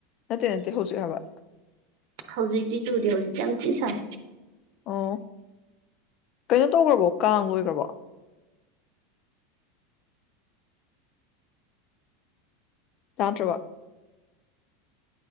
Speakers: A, on the left; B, on the right.
A: ꯅꯠꯇꯦ ꯅꯠꯇꯦ ꯍꯧꯖꯤꯛ ꯍꯥꯏꯕ
B: ꯍꯧꯖꯤꯛꯇꯤ ꯆꯨꯔꯤ ꯍꯧꯖꯤꯛꯇꯤ ꯌꯥꯝ ꯊꯤꯅ ꯁꯥꯏ
A: ꯑꯣ ꯀꯩꯅꯣ ꯇꯧꯈ꯭ꯔꯕꯣ ꯀꯥꯡ ꯂꯣꯏꯈ꯭ꯔꯕ ꯇꯥꯟꯇ꯭ꯔꯕ